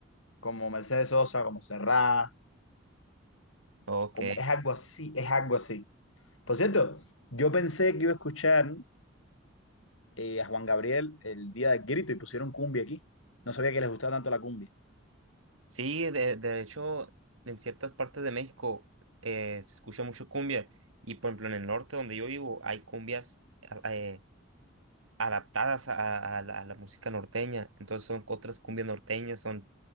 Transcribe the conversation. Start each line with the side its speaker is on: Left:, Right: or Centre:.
Left: como Mercedes Sosa, como Serrat,
Right: ok.
Left: como es algo así, es algo así. Por cierto, yo pensé que iba a escuchar eh, a Juan Gabriel el día del grito y pusieron cumbia aquí. No sabía que les gustaba tanto la cumbia.
Right: Sí, de, de hecho, en ciertas partes de México eh, se escucha mucho cumbia. Y por ejemplo, en el norte donde yo vivo hay cumbias a- eh, adaptadas a, a la, a la música norteña. Entonces son otras cumbias norteñas, son,